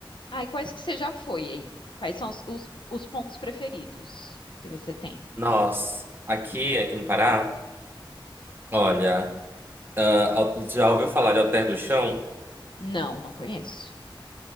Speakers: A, on the left; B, on the right.
A: Ai, quais que você já foi aí? Quais são os, os, os pontos preferidos que você tem?
B: Nós, aqui, aqui no Pará, olha. Al- Já ouviu falar de Alter do Chão?
A: Não, não conheço.